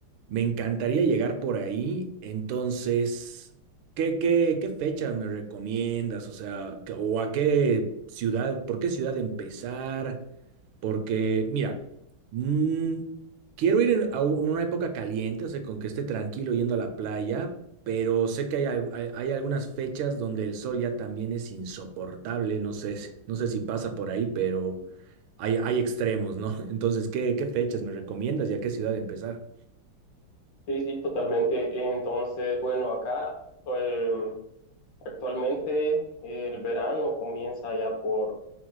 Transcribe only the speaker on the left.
Sí, sí, totalmente. Entonces, bueno, acá em, actualmente eh, el verano comienza ya por